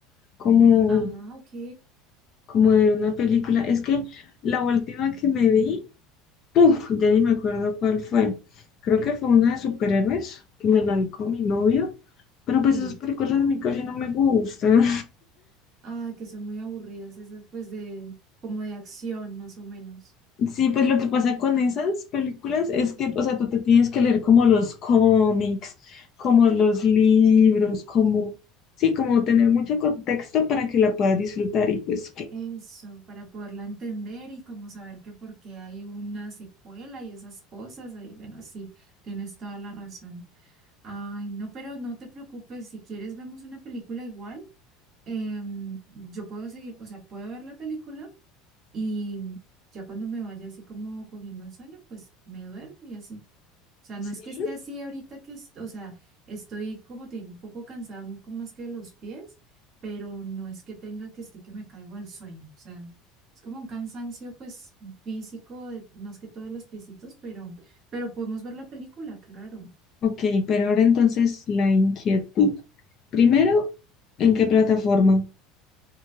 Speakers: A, on the left; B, on the right.
A: Como,
B: Ah, ok.
A: como de ver una película. Es que la última que me vi, puf, ya ni me acuerdo cuál fue. Creo que fue una de superhéroes, que me la vi con mi novio. Pero pues
B: Sí.
A: esas películas a mí casi no me gustan.
B: Ah, que son muy aburridas esas pues de como de acción más o menos.
A: Sí, pues lo que pasa con esas películas es que, o sea, tú te tienes que leer como los cómics, como los libros, como, sí, como tener mucho contexto para que la puedas disfrutar y pues que...
B: Eso, para poderla entender y como saber que por qué hay una secuela y esas cosas, ahí bueno, sí, tienes toda la razón. Ay, no, pero no te preocupes, si quieres vemos una película igual, em, yo puedo seguir, o sea, puedo ver la película Y ya cuando me vaya así como cogiendo el sueño, pues me duermo y así. O sea, no
A: Sí.
B: es que esté así ahorita que, es- o sea, estoy como te digo, un poco cansada, un poco más que de los pies, pero no es que tenga que esté que me caigo al sueño. O sea, es como un cansancio pues físico, de- más que todo de los piecitos, pero, pero podemos ver la película, claro.
A: Ok, pero ahora entonces la inquietud. Primero, ¿en qué plataforma?